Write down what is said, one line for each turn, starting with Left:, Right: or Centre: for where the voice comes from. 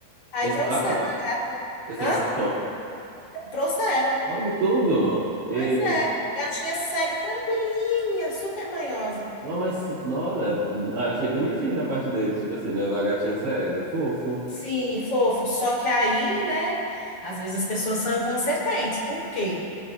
Left: Aí
Right: Eles
Left: trouxeram
Right: levaram?
Left: a gata.
Right: Eles trouxeram?
Left: Hã? Trouxeram.
Right: Olha que tudo! E...
Left: Pois é. Gatinha cega, tranquilinha, super manhosa.
Right: Não, mas, nossa, ah, achei bonitinho da parte deles, tipo assim, levar a gatinha cega, fofo.
Left: Sim, fofo. Só que aí, né? Às vezes as pessoas são inconsequentes. Por quê?